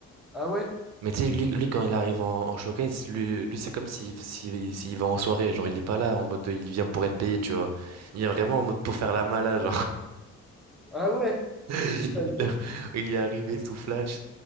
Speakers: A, in the centre; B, on the right.
A: Ah ouais?
B: Mais tu sais, lui, lui, quand il arrive en, en showcase, lui, lui c'est comme s'il s'il s'il va en soirée. Genre, il est pas là en mode, il vient pour être payé, tu vois. Il vient vraiment
A: Ok.
B: en mode pour faire la malade,
A: Ah ouais?
B: <laughs>
A: C'est-à-dire?
B: Il a- il est arrivé sous Flash.